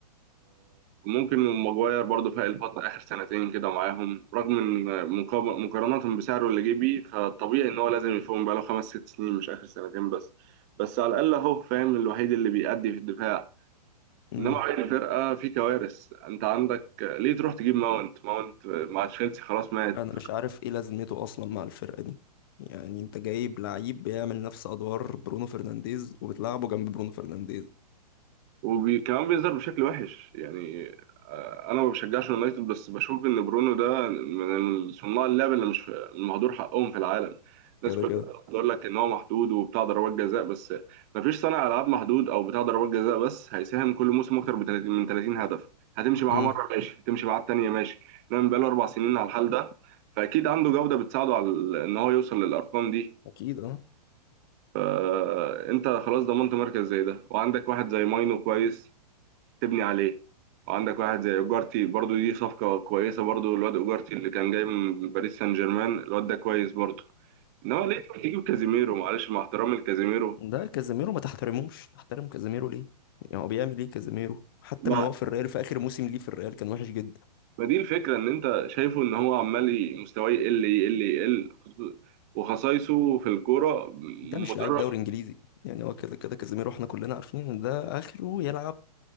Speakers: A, on the right; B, on the left.
A: ممكن ماجواير برضه في الفترة آخر سنتين كده معاهم رغم إن مقاب- مقارنة بسعره اللي جه بيه فطبيعي إن هو لازم يفهم بقاله خمس ست سنين مش آخر سنتين بس بس على الأقل أهو فاهم الوحيد اللي بيأدي في الدفاع
B: امم
A: انما عين الفرقه في كوارث انت عندك ليه تروح تجيب ماونت ماونت مع تشيلسي خلاص مات
B: انا مش عارف ايه لازمته اصلا مع الفرقة دي يعني انت جايب لعيب بيعمل نفس ادوار برونو فرنانديز وبتلعبه جنب برونو فرنانديز
A: وكمان بيظهر بشكل وحش يعني آه، انا ما بشجعش يونايتد بس بشوف ان برونو ده من صناع اللعب اللي مش مهدور حقهم في العالم الناس
B: كده
A: كلها
B: كده
A: بتقول لك ان هو محدود وبتاع ضربات جزاء بس ما فيش صانع العاب محدود او بتاع ضربات جزاء بس هيساهم كل موسم اكتر ب 30 من 30 هدف هتمشي معاه
B: امم
A: مره ماشي هتمشي معاه التانيه ماشي انما بقاله اربع سنين على الحال ده فاكيد عنده جوده بتساعده على ال- ان هو يوصل للارقام دي
B: اكيد اه
A: آه، انت خلاص ضمنت مركز زي ده وعندك واحد زي ماينو كويس تبني عليه وعندك واحد زي اوجارتي برضو دي صفقة كويسة برضو الواد اوجارتي اللي كان جاي من باريس سان جيرمان الواد ده كويس برضو انما ليه تجيب كازيميرو معلش مع احترامي لكازيميرو
B: ده كازيميرو ما تحترموش تحترم كازيميرو ليه يعني هو بيعمل ايه كازيميرو حتى
A: ما
B: من هو في الريال في اخر موسم ليه في الريال كان وحش جدا
A: ما دي الفكرة ان انت شايفه ان هو عمال ي- مستواه يقل يقل يقل خصو- وخصايصه في الكورة
B: ده مش
A: مدرب
B: لعيب دوري انجليزي يعني هو كده كده كازيميرو احنا كلنا عارفين ان ده اخره يلعب